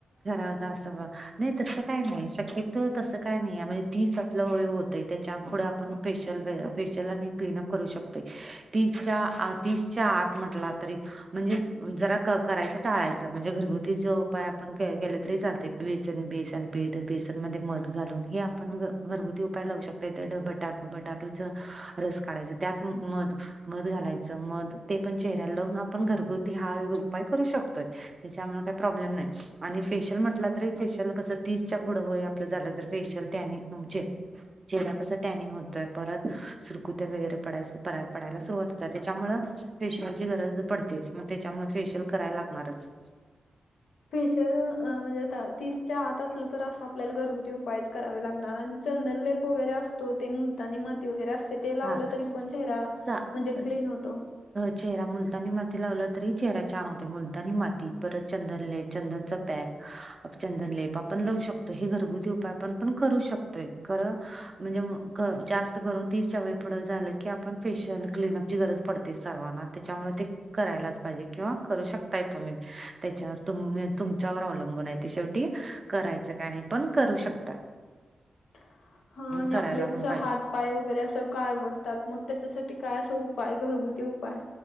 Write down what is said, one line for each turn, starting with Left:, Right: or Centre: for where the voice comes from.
Right: घरा होता असं वा नाही तस काय नाही शक्य तस काय नाही म्हणजे तीस आपलं होतंय त्याच्या पुढं आपण फेशिल फेशिलला आणि क्लीनअप करू शकतो. तीसच्या तीसच्या आत म्हटला तरी म्हणजे जरा क करायच टाळायच. म्हणजे घरगुती जो उपाय आपण केला तरी चालते बेसन बेसन पीठ बेसन मध्ये मध घालून हे पण घरगुती उपाय लावू शकत ते बटाटू बटाटूच रस काढायच त्यात मध मध घालायचं मध ते पण चेहऱ्याला लावून आपण घरगुती हा उपाय करू शकतोय. त्याच्यामुळे काही प्रॉब्लेम नाही आणि फेशियल म्हटलं तरी फेशियल कसं तीसच्या पुढं व आपलं झालं तर फेशियल त्यानी आमचे चेहरा कस टॅनिंग होतोय परत सुरकुत्या वगैरे पय पडायला सुरुवात होत त्याच्यामुळ फेशियल ची गरज पडतेच मग त्याच्यामुळे फेशियल करायला लागणारच
Left: फेशियल म्हणजे तीसच्या आत असलं तर असं आपल्याला घरगुती उपायच करावे लागत. लग आणि चंदनलेप वगैरे असतो ते मुलतानी माती वगैरे असत ते लावलं
Right: हा
Left: तरी पण चेहरा
Right: चा
Left: म्हणजे क्लीन होतो.
Right: चेहरा मुलतानी माती लावला तरी चेहरा छान होते मुलतानी माती परत चंदनले चंदनचा पॅक चंदनलेप आपण लावू शकतो हे घरगुती उपाय आपण पण करू शकतोय. म्हणजे जास्त करून अगदी सवय पुढं झालं की आपण फेशियल क्लिनअपची गरज पडतेच सर्वांना त्याच्यामुळे ते करायलाच पाहिजे किंवा करू शकताय तुम्ही त्याच्यावर तुम् तुमच्यावर अवलंबून आहे ते शेवटी. करायचं काय नाही पण करू शकतात.
Left: <inaudible> ह आणि
Right: करायला
Left: आपलं कस
Right: पण पाहिजे
Left: हात पाय वगैरे असं काय आवडतात मग त्याच्यासाठी काय तो उपाय घरगुती उपाय